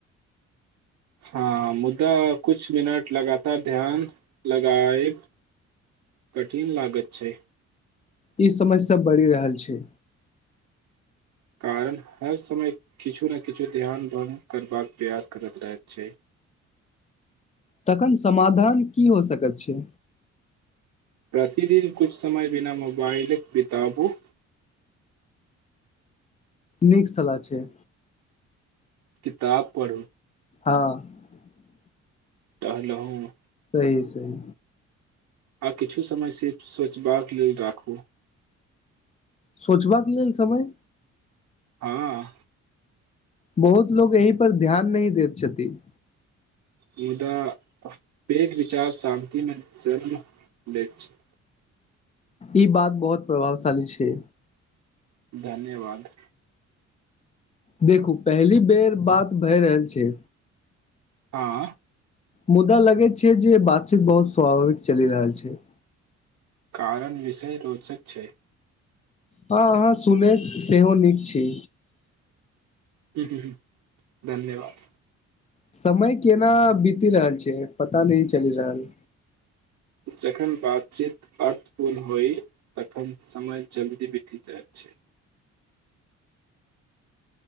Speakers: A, on the right; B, on the left.
A: हँ मुद्दा कुछ मिनट लगातार ध्यान लगैब कठिन लागत छै
B: ई समस्या बढ़ि रहल छै
A: कारण हर समय किछु ने किछु ध्यान भगं करबाक प्रयास करैत रहैत छै
B: तखन समाधान की हो सकैत छै
A: प्रतिदिन कुछ समय बिना मोबाइल बिताबु
B: नीक सलाह छै
A: किताब पढ़ू
B: हँ
A: टहलहुँ
B: सहि सहि
A: आ किछु समय सिर्फ सोचबाक लेल राखू
B: सोचबाक लेल समय
A: हँ
B: बहुत लोग एहि पर ध्यान नहि दैत छथिन
A: मुदा एक विचार शान्तिमे चल लैत छै
B: ई बात बहुत प्रभावशाली छै
A: धन्यवाद
B: देखू पहिली बेर बात भए रहल छै
A: हँ
B: मुद्दा लगैत छै जे बातचीत बहुत स्वाभाविक चलि रहल छै
A: कारण विषय रोचक छै
B: हँ अहाँ सुनैत सेहो नीक छी
A: ह ह ह धन्यवाद
B: समय केना बीति रहल छै पता नहि चलि रहल
A: जखन बातचीत अर्थपूर्ण होइ तखन समय जल्दी बीति जाइत छै